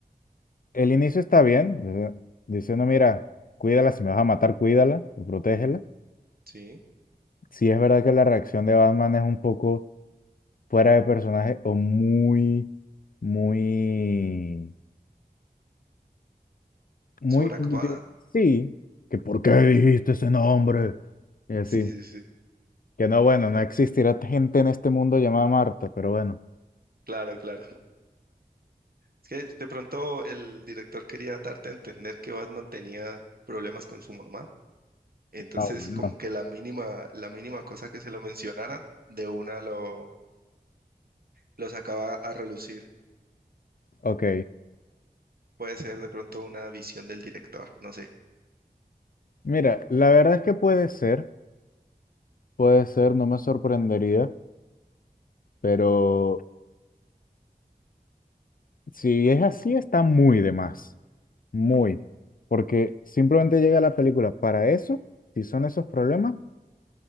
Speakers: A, on the left (about 60°); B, on the right (about 70°).
A: el inicio está bien, dice- diciendo, mira, cuídala, si me vas a matar, cuídala o protégela.
B: Sí.
A: Sí es verdad que la reacción de Batman es un poco fuera de personaje o muy, muy, muy,
B: Sobreactuada.
A: yo- sí, que ¿por qué dijiste ese nombre? Y así,
B: Sí, sí, sí.
A: que no, bueno, no existirá gente en este mundo llamada Marta, pero bueno.
B: Claro, claro. Es que de pronto el director quería darte a entender que Batman tenía problemas con su mamá. Entonces,
A: Ah, bueno.
B: como que la mínima, la mínima cosa que se lo mencionaran, de una lo, lo sacaba a relucir.
A: Ok,
B: Puede ser de pronto una visión del director, no sé.
A: mira, la verdad es que puede ser, puede ser, no me sorprendería. Pero si es así, está muy de más, muy, porque simplemente llega la película para eso, si son esos problemas,